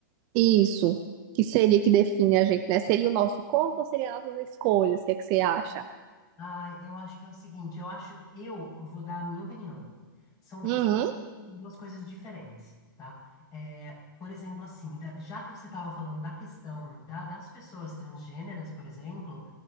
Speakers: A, on the right (about 35°); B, on the left (about 30°).
A: Isso, que seria que define a gente, né? Seria o nosso corpo ou seria nossas escolhas? O que é que você acha?
B: Ah, eu acho que é o seguinte, eu acho, eu vou dar a minha opinião. São duas
A: Uhum.
B: coisas, são duas coisas diferentes, tá? É, por exemplo, assim, da- já que você estava falando da questão da- das pessoas transgêneras, por exemplo,